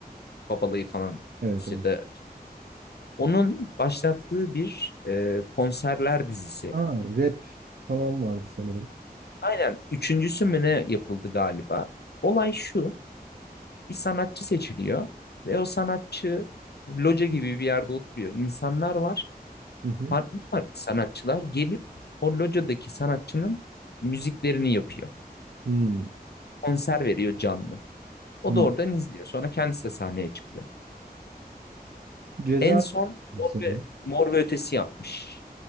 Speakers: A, on the left; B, on the right.
A: Babalayı falan.
B: Evet
A: işte
B: evet.
A: de Onun başlattığı bir e, konserler dizisi.
B: Ha, rap falan vardı sanırım.
A: Aynen üçüncüsü mü ne yapıldı galiba. Olay şu bir sanatçı seçiliyor ve o sanatçı loca gibi bir yerde oturuyor. İnsanlar var
B: Hı hı.
A: farklı farklı sanatçılar gelip o locadaki sanatçının müziklerini yapıyor.
B: Hmm,
A: Konser veriyor canlı. O
B: hmm.
A: da oradan izliyor. Sonra kendisi de sahneye çıkıyor.
B: Ceza
A: En son Mor
B: sanırım.
A: ve, Mor ve Ötesi yapmış.